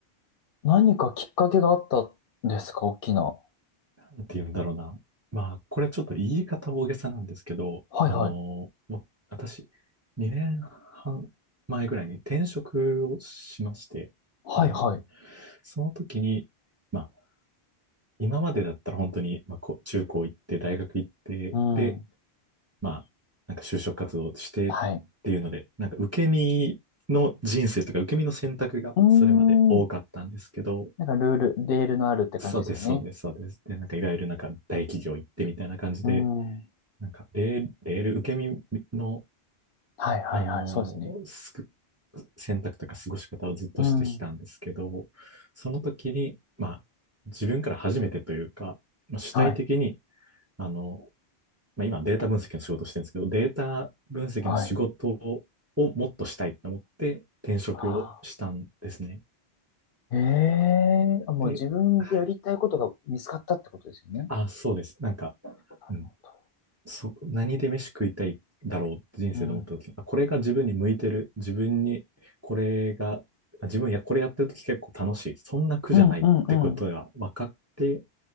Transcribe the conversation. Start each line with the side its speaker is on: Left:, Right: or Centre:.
Left: 何かきっかけがあったんですか大きな。
Right: なんて言うんだろうな。まあ、これちょっと言い方大げさなんですけど、
Left: はいはい。
Right: あの、私、2年半前ぐらいに転職をしまして、
Left: はいはい。
Right: あの、その時に、まあ、今までだったら本当に、まあ、こ中高行って、大学行って、
Left: うん。
Right: で、まあ、なんか就職活動してっていうので、
Left: はい。
Right: なんか受け身の人生とか受け身の選択がそれまで多かったんですけど、
Left: うーん。なんかルール、レールのあるって感じですよね。
Right: そうです、そうです、そうです。で、なんかいわゆるなんか大企業行ってみたいな感じで、
Left: うん。は
Right: なんか、レール、レール受け身の、
Left: いはいはい。
Right: あのーすく、
Left: そうですね。
Right: 選択とか過ごし方をずっとしてきたんですけど、
Left: うん。
Right: その時に、まあ、自分から初めてというか、まあ主体的に、
Left: はい。
Right: あの、まあ、今データ分析の仕事をしてるんですけど、データ分析の仕事をもっとしたいと思って転職をしたんですね。
Left: はい。あー、ええあ、もう自分でやりたいことが見つかったってことですよね。
Right: で、はい。あ、そうです。なんか、
Left: なるほど。
Right: うん。そ、何で飯食いたいだろうって人生で思った時に、
Left: うん。
Right: あ、これが自分に向いてる。自分に、これが、あ自分や、これやってる時結構楽しい。そんな苦じゃないってことが分かって、
Left: うんうんうん。